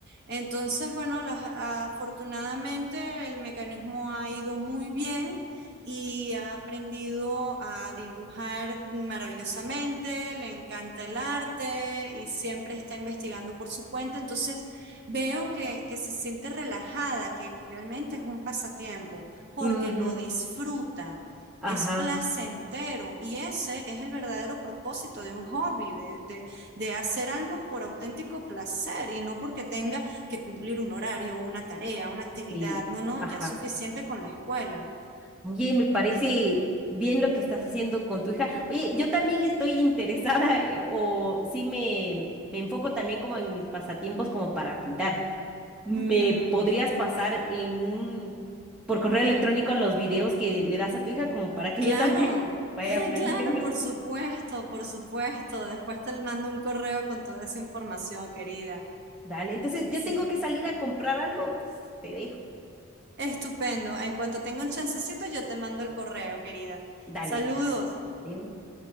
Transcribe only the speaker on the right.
Entonces, bueno, las- afortunadamente el mecanismo ha ido muy bien y ha aprendido a dibujar maravillosamente, le encanta el arte y siempre está investigando por su cuenta. Entonces, veo que, que se siente relajada, que realmente es un pasatiempo porque
lo disfruta
es placentero y ese es el verdadero propósito de un hobby, de, de, de, hacer algo por auténtico placer y no porque tenga que cumplir un horario, una tarea, una actividad.
No, no,
ya es suficiente con la escuela.
Ujú.
Claro.
<laughs>
Claro, por supuesto, por supuesto. Después te mando un correo con toda esa información, querida.
Sí,
estupendo. En cuanto tenga un chancecito, yo te mando el correo, querida.
Saludos.